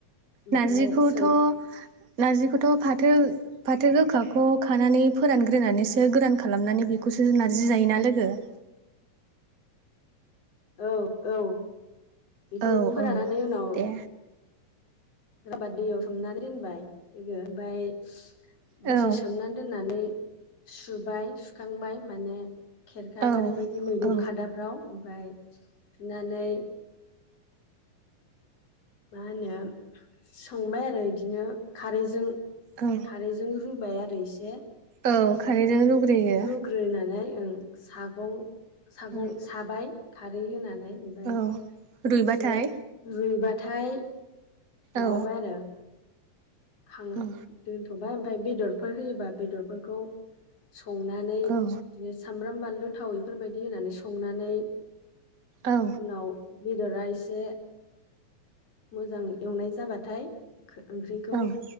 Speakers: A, on the left; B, on the right.
A: ओमफ्राय
B: नारजिखौथ'
A: सोम
B: नारजिखौथ' फाथो फाथो गोखाखौ खानानै फोरानग्रोनानैसो गोरान खालामनानै बेखौसो नार्जि जायोना लोगो <inaudible>
A: औ औ बेखौ
B: औ
A: फोरानानै
B: औ
A: उनाव
B: दे
A: राबा दैयाव सोमनानै दोनबाय लोगो ओमफाय
B: औ
A: दसे सोमनानै दोननानै सुबाय सुखांबाय माने खेरखा
B: औ
A: माने बैदि मैगं
B: औ
A: खादाफ्राव ओमफ्राय सुनानै मा होनो संबाय आरो बिदिनो खारैजों
B: औ
A: खारैजों रुबाय आरो एसे ओमफ्राय
B: औ खारैजों रुग्रोयो
A: रुग्रोनानै ओ सागं सागं
B: औ
A: साबाय खारै होनानै ओमफ्राय
B: औ रुइबाथाय
A: एसे रुइबाथाय माबाबाय
B: औ
A: आरो खां
B: औ
A: दोनथ'बाय ओमफाय बेदरफोर होयोबा बेदरफोरखौ संनानै बिदिनो
B: औ
A: सामब्राम बानलु थाव इफोरबायदि होनानै संनानै
B: औ
A: उनाव बेदरा एसे मोजां एवनाय जाबाथाय ओंख्रिखौ
B: औ